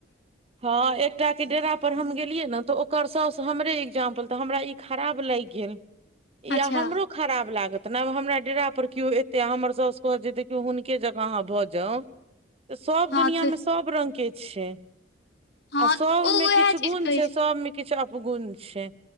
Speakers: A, on the right (about 35°); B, on the left (about 65°).
A: हँ एकटा के डेरा पर हम गेलियै न त ओकर साउस हमरे इक्जाम्पल त हमरा ई खराब लागि गेल <inaudible> ई
B: अच्छा
A: आ हमरो खराब लागत न, आब हमरा डेरा पर कियो एतै आ हमर साउस कहत जे देखियौ हुनके जकां अहाँ भ जाउ? <inaudible> त सब
B: हँ
A: दुनियां
B: तऽ
A: में सब रंग के छै।
B: हँ
A: आ सबमें
B: तऽ ओ उएह
A: किछ
B: चीज
A: गुण
B: कहै
A: छै सबमें किछ अपगुण छै,